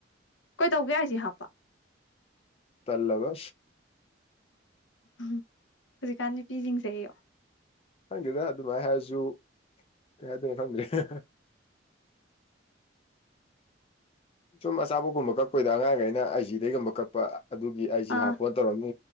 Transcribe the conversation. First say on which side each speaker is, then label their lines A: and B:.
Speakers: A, on the left (about 80°); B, on the left (about 30°).
A: ꯀꯩꯗꯩꯒꯦ ꯍꯥꯏꯁꯤ ꯍꯥꯞꯄ꯫
B: ꯇꯜꯂꯕ꯫
A: ꯎꯝ ꯍꯨꯖꯤꯛꯀꯥꯟ ꯅꯨꯄꯤꯁꯤꯡꯁꯦ ꯑꯦꯌꯣ꯫
B: ꯈꯪꯗꯦꯗ ꯑꯗꯨꯃꯥꯏ ꯍꯥꯏꯔꯁꯨ ꯀꯩ ꯍꯥꯏꯗꯣꯏꯅꯣ ꯈꯪꯗ꯭ꯔꯦ ꯍꯍ꯫ ꯁꯨꯝ ꯑꯆꯥꯄꯣꯠꯀꯨꯝꯕ ꯀꯛꯄꯩꯗ ꯑꯉꯥꯡꯈꯩꯅ ꯑꯩ ꯖꯤꯗꯩꯒꯨꯝꯕ ꯀꯛꯄ ꯑꯗꯨꯒꯤ ꯑꯩ ꯖꯤ
A: ꯑꯥ
B: ꯍꯥꯞꯄꯣꯟ ꯇꯧꯔꯝꯃꯤ